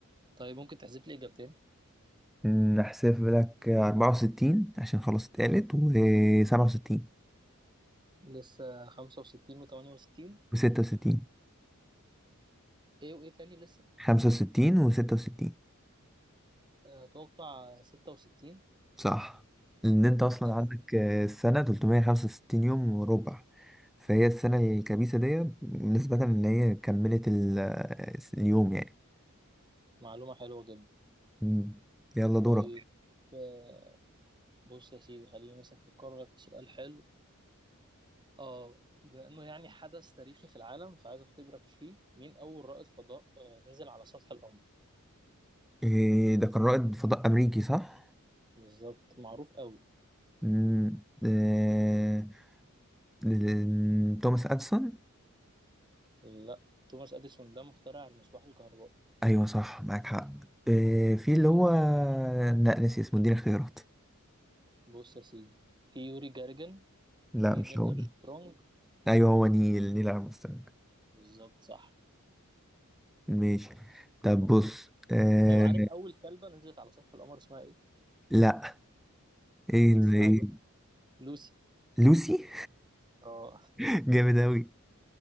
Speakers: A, on the right; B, in the centre.
A: طيب ممكن تحذف لي إجابتين
B: أمم، هحسب لك 64 عشان خلاص اتقالت و67
A: لسه خمسة وستين وتمانية وستين
B: و66
A: إيه وإيه تاني لسه
B: 65 و66
A: آه، أتوقع ستة وستين
B: صح لان انت اصلا
A: أه
B: عندك آه، السنه 365 يوم وربع فهي السنه الكبيسه دي نسبه ان هي كملت ال- آه، اليوم يعني
A: معلومة حلوة جدا
B: مم. يلا دورك
A: طيب آه، بص يا سيدي خليني مثلا أفكر لك في سؤال حلو أه بما إنه يعني حدث تاريخي في العالم فعايز أختبرك فيه مين أول رائد فضاء آه، نزل على سطح القمر
B: إيه ده كان رائد فضاء امريكي صح
A: بالظبط معروف قوي
B: مم. آه، ال- توماس اديسون
A: لا توماس أديسون ده مخترع المصباح الكهربائي
B: ايوه صح معاك حق إيه في اللي هو لا ناسي اسمه اديني اختيارات
A: بص يا سيدي في يوري جارجن
B: لا
A: في
B: مش
A: نيل
B: هو
A: أرمسترونج
B: ده ايوه هو نيل نيل ارمسترونج
A: بالظبط صح
B: ماشي طب بص آه،
A: طيب عارف اول كلبه نزلت على سطح القمر اسمها ايه
B: لا ايه ال-
A: اسمها
B: ايه
A: لو... لوسي
B: لوسي
A: اه
B: <laughs> جامد اوي